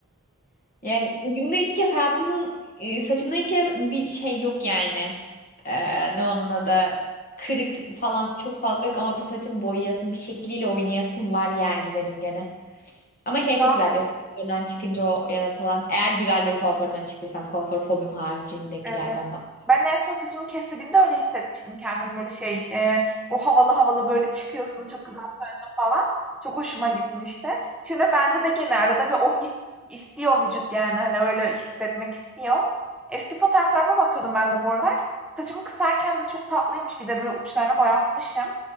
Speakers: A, on the left (about 35°); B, in the centre.
A: Yani günde ilk kez hayatımın e, saçımda ilk kez bir şey yok yani. Ee, ne onun adı kırık falan çok fazla yok ama bir saçım boyayasım bir şekliyle oynayasım var yani benim gene. Ama şey çok
B: <laughs>
A: güzel bir kuaförden çıkınca o yaratılan eğer güzel bir kuaförden çıktıysam kuaför fobim haricindekilerden
B: Evet.
A: bahsediyorum.
B: Ben en son saçımı kestirdiğimde öyle hissetmiştim kendim böyle şey e, o havalı havalı böyle çıkıyorsun çok falan. Çok hoşuma gitmişti. Şimdi bende de gene arada bir o his istiyor vücut yani hani öyle hissetmek istiyor. Eski fotoğraflarıma bakıyordum ben de bu aralar. Saçımı kısarken de çok tatlıymış bir de böyle uçlarını boyatmışım.